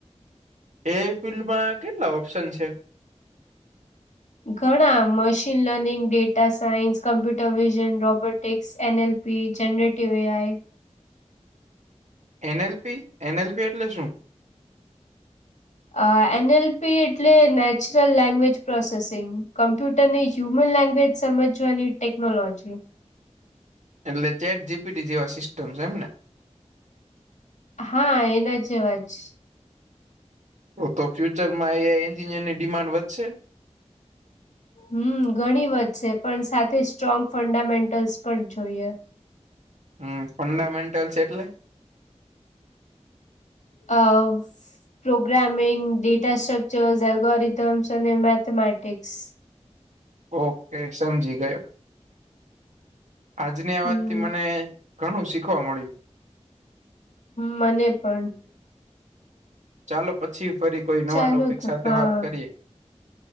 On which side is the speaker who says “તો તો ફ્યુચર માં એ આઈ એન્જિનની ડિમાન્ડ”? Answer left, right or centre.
Right